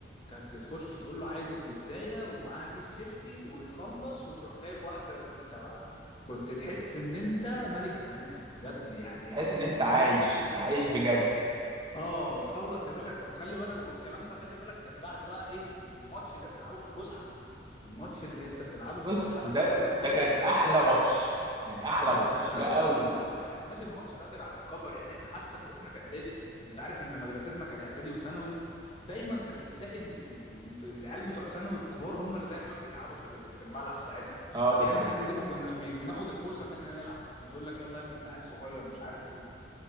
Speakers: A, on the left (about 30°); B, on the right (about 25°).
A: كانت تخش تقول له عايز البيتزايه ومعاها كيس شيبسي وتخلص وتروح جايب واحده لوليتا بقى كنت تحس ان انت ملك زمانك بجد يعني
B: تحس ان انت
A: بجد
B: عايش
A: ايام فظيعه
B: عايش بجد
A: اه تخلص يا باشا وخلي بالك والكلام ده خلي بالك كان بعد بقى ايه الماتش اللي بتلعبه في الفسحه الماتش اللي انت بتلعبه في
B: بص
A: الفسحه ده
B: ده
A: خلي بالك برضو
B: ده كان
A: كان
B: احلى
A: عظيم
B: ماتش كان احلى
A: اه
B: ماتش
A: بس خلي
B: بقى
A: بالك
B: و...
A: برضو احنا ما لعبناش الماتش ده غير على كبر يعني احنا حتى في واحنا في اعدادي انت عارف ان مدرستنا كانت اعدادي وثانوي دايما كنت تلاقي ال- ال- العيال بتوع ثانوي الكبار هم اللي دايما بيلعبوا في ال- في الملعب ساعتها
B: اه دي
A: واحنا
B: حقيقه
A: في اعدادي ما كناش بي- بناخد الفرصه ان احنا نلعب كان يقول لك يلا يا ابني انت عيل صغير مش عارف ايه